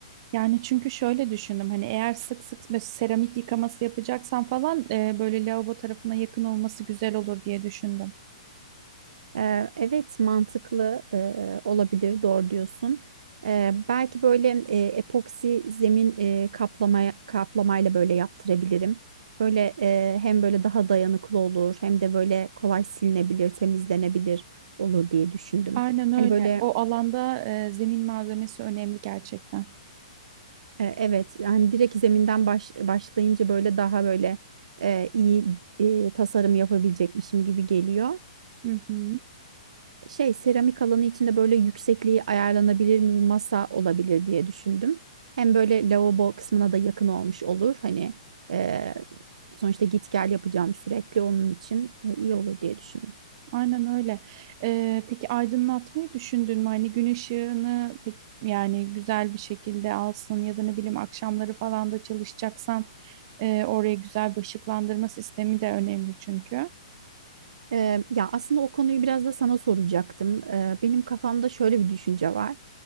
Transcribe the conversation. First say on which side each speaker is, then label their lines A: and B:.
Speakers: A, on the right; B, on the right.
A: Yani çünkü şöyle düşündüm hani eğer sık sık böyle seramik yıkaması yapacaksan falan eee, böyle lavabo tarafına yakın olması güzel olur diye düşündüm.
B: Ee, Evet mantıklı e, olabilir doğru diyorsun. Ee, belki böyle e, epoksi zemin e, kaplamaya, kaplamayla böyle yaptırabilirim. Böyle e, hem böyle daha dayanıklı olur hem de böyle kolay silinebilir, temizlenebilir olur diye düşündüm.
A: Aynen öyle.
B: Hani böyle
A: O alanda eee, zemin malzemesi önemli gerçekten.
B: e, evet hani direkt zeminden baş, başlayınca böyle daha böyle e, iyi e, tasarım yapabilecekmişim gibi geliyor.
A: Hı hı.
B: şey seramik alanı içinde böyle yüksekliği ayarlanabilir mi bir masa olabilir diye düşündüm. Hem böyle lavabo kısmına da yakın olmuş olur. Hani e, sonuçta git gel yapacağım sürekli onun için e, iyi olur diye düşündüm.
A: Aynen öyle. Ee, peki aydınlatmayı düşündün mü? Hani gün ışığını peki yani güzel bir şekilde alsın ya da ne bileyim akşamları falan da çalışacaksan e, oraya güzel bir ışıklandırma sistemi de önemli çünkü.
B: E, ya aslında o konuyu biraz da sana soracaktım. E, benim kafamda şöyle bir düşünce var.